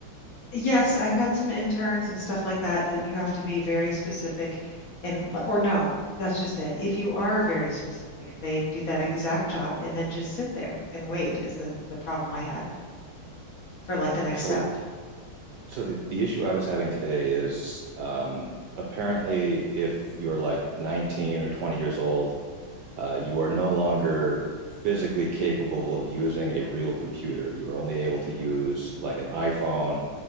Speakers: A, on the left; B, on the right.
A: Yes, I've had some interns and stuff like that that you have to be very specific and l- or no, that's just it. If you are very specific, they do that exact job and then just sit there and wait is the, the problem I had for like the next
B: So
A: step.
B: so the, the issue I was having today is um, apparently if you're like 19 or 20 years old, uh, you are no longer physically capable of using a real computer. You are only able to use like an iPhone